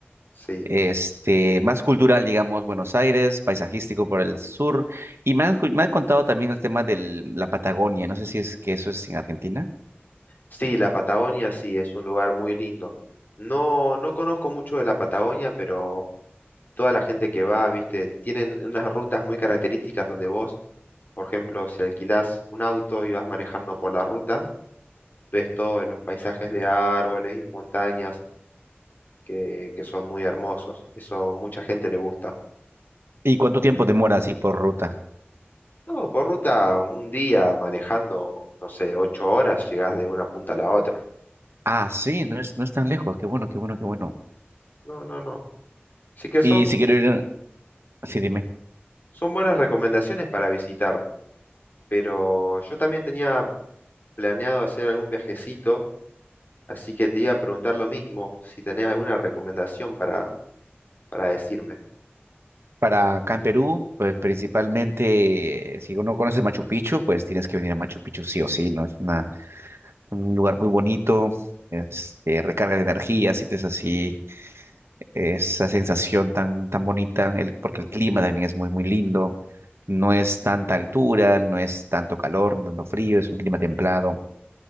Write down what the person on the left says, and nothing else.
sí
Sí, la Patagonia sí es un lugar muy lindo. No, no conozco mucho de la Patagonia, pero toda la gente que va, viste, tienen unas rutas muy características donde vos, por ejemplo, si alquilás un auto y vas manejando por la ruta, ves todos los paisajes de árboles y montañas que, que son muy hermosos. Eso mucha gente le gusta.
No, por ruta, un día manejando, no sé, ocho horas, llegás de una punta a la otra.
No, no, no. Así que
son,
son buenas recomendaciones para visitar. pero yo también tenía planeado hacer algún viajecito, así que te iba a preguntar lo mismo, si tenés alguna recomendación para, para decirme.